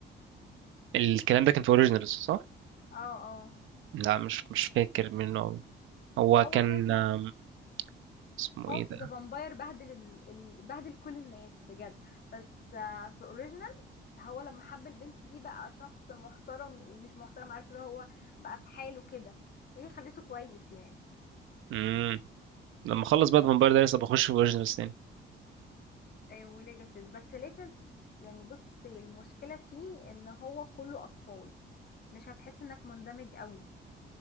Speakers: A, on the right (about 80°); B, on the left (about 50°).
A: الكلام ده كان في اوريجينالز صح؟
B: اه اه
A: لا مش مش فاكر منه أوي هو
B: هو
A: كان
B: ساعة ما
A: آم، اسمه
B: هو
A: ايه ده؟
B: في ذا فامباير بهدل ال... ال- بهدل كل الناس بجد بس آه، في اوريجينال هو لما حب البنت دي بقى شخص محترم مش محترم عارف اللي هو بقى في حاله كده هي خليته كويس يعني
A: امم لما اخلص بقى فامباير دارس ابقى اخش في اوريجينالز تاني
B: آه، وليجاسيس بس ليجاسيس يعني بصي المشكلة فيه ان هو كله اطفال مش هتحس انك مندمج قوي